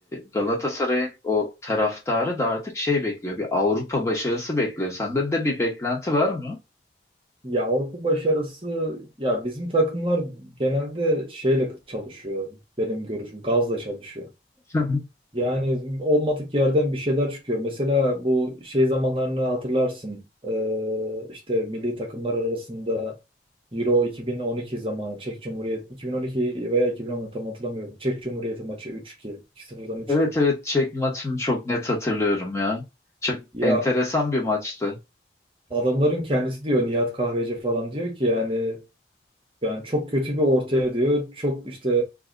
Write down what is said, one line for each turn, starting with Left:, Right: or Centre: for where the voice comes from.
Left: Galatasaray'ın o taraftarı da artık şey bekliyor bir Avrupa başarısı bekliyor. Sende de bir beklenti var mı?
Right: Ya Avrupa başarısı ya bizim takımlar genelde şeyle çalışıyor benim görüşüm gazla çalışıyor.
Left: <laughs>
Right: Yani olmadık yerden bir şeyler çıkıyor. Mesela bu şey zamanlarını hatırlarsın. Ee, işte milli takımlar arasında Euro 2012 zamanı, Çek Cumhuriyeti 2012 veya 2010 tam hatırlamıyorum. Çek Cumhuriyeti maçı 3-2, 2-0'dan 3-2.
Left: Evet evet Çek maçını çok net hatırlıyorum ya. Çok
Right: Ya
Left: enteresan bir maçtı.
Right: adamların kendisi diyor Nihat Kahveci falan diyor ki yani yani çok kötü bir ortaya diyor. Çok işte